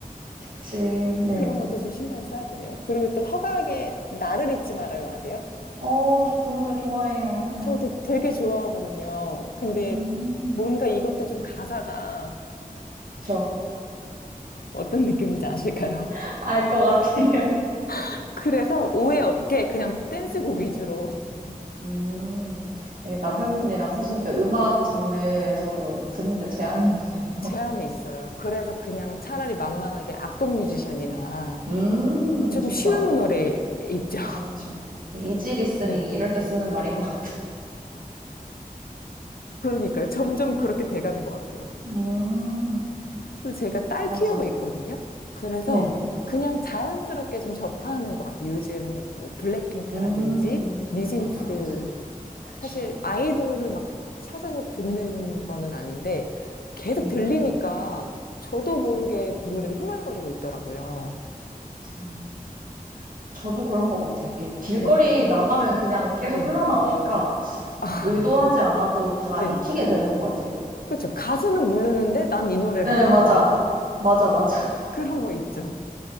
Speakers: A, on the right; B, on the left.
A: 그치. 네.
B: 그런 것도 좀 신경을 써야 되네요. 그리고 또 허각의 나를 잊지 말아요 아세요?
A: 어, 저 그 노래 좋아해요. 네.
B: 저도 되게 좋아하거든요. 근데
A: 음,
B: 뭔가 이것도 좀 가사가
A: 그쵸.
B: 어떤 느낌인지 아실까요?
A: <laughs> 알 것 같아요. <laughs>
B: <laughs> 그래서 오해 없게 그냥 댄스곡 위주로 <laughs>
A: 음, 이게 남편분이랑 사시니까
B: 네?
A: 음악 장르에서도 듣는데 제한이 있네요.
B: 제한이 있어요. 그래서 그냥 차라리 만만하게 악동 뮤지션이나
A: <laughs> 음,
B: 조금
A: 좋죠.
B: 쉬운 노래 있죠.
A: 그쵸, 그쵸. 이지 리스닝이
B: <laughs> 네.
A: 이럴 때 쓰는 말인 것 같아요.
B: 그러니까요. 점점 그렇게 돼가는 것 같아요.
A: 음,
B: 또 제가 딸
A: 맞죠.
B: 키우고 있거든요. 그래서
A: 네.
B: 그냥 자연스럽게 좀 접하는 것 같아요. 요즘 뭐 블랙핑크라든지
A: 음,
B: 뉴진스
A: 맞아, 맞아. 그쵸.
B: 사실 아이돌을 막 찾아서 듣는 거는 아닌데 계속
A: 음,
B: 들리니까 저도 모르게 노래를 흥얼거리고 있더라고요.
A: 참. 저도 그런 것 같아요. 이게 길거리
B: 네,
A: 나가면 그냥 계속
B: 네.
A: 흘러나오니까
B: 아,
A: 의도하지 않아도 다
B: 네.
A: 익히게 되는 것 같아요.
B: 그렇죠. 가수는 모르는데 난 이 노래를
A: 네,
B: 알아.
A: 맞아. 맞아, 맞아. <laughs>
B: 그런 거 있죠.